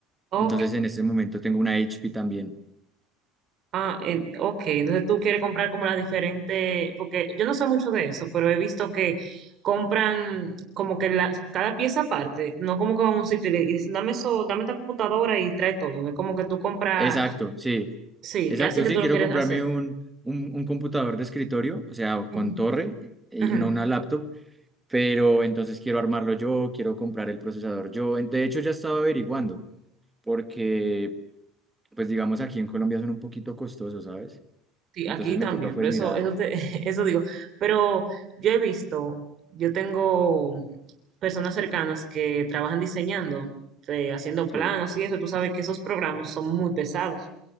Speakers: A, on the right; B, in the centre.
A: ok.
B: Entonces en este momento tengo una HP también.
A: Ah, en- ok. Entonces tú quieres comprar como la diferente, porque yo no sé mucho de eso, pero he visto que compran como que la, cada pieza aparte, no como que van a un sitio y le y dicen, dame eso, dame esta computadora y trae todo. No es como que tú compras,
B: Exacto, sí.
A: sí,
B: Exacto,
A: así que
B: sí,
A: tú
B: quiero
A: lo quieres
B: comprarme
A: hacer.
B: un, un, un computador de escritorio, o sea,
A: Ujú.
B: con torre, eh,
A: Ujú.
B: no una laptop, pero entonces quiero armarlo yo, quiero comprar el procesador yo. En- De hecho, ya estaba averiguando, porque, pues digamos, aquí en Colombia son un poquito costosos, ¿sabes?
A: Sí,
B: Entonces
A: aquí
B: me
A: también,
B: toca
A: por
B: pues
A: eso,
B: mirar,
A: eso te- <laughs> eso digo. Pero yo he visto, yo tengo personas cercanas que trabajan diseñando, eh, haciendo
B: sí,
A: planos y eso, tú sabes que esos programas son muy pesados.